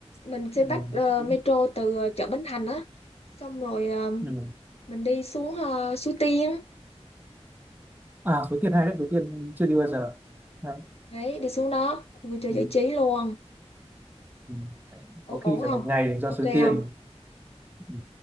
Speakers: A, on the left; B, on the right.
A: mình sẽ
B: ừ.
A: bắt ờ, metro từ ờ, chợ Bến Thành á xong rồi ờ,
B: ừ.
A: mình đi xuống ờ, Suối Tiên
B: à Suối Tiên hay đấy Suối Tiên chưa đi bao giờ hay.
A: đấy đi xuống đó vui chơi
B: Ừ,
A: giải trí luôn
B: ừ.
A: Ồ,
B: có khi
A: ổn không
B: phải một ngày do
A: ok
B: Suối Tiên
A: không
B: ừ.